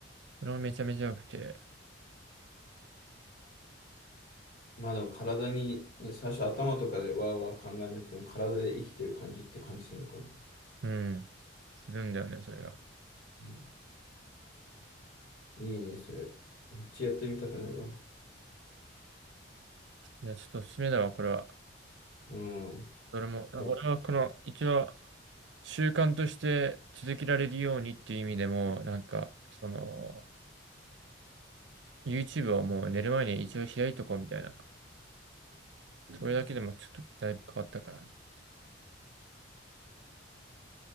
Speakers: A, on the right; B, on the left.
A: それもめちゃめちゃ良くて、
B: まあでも体に、ね、最初頭とかでわーわー考えなくても体で生きてる感じって感じするのかな。う
A: うん、するんだよね、それが。
B: んいいね、それ。めっちゃやってみたくなるわ。
A: いや、ちょっとおすすめだわ、これは。
B: うん。
A: 俺も、あ俺はこの、
B: いや、ん
A: 一応、習慣として続けられるようにっていう意味でも、なんか、その、YouTube をもう寝る前に一応開いとこうみたいな。それだけでもちょっとだいぶ変わったから。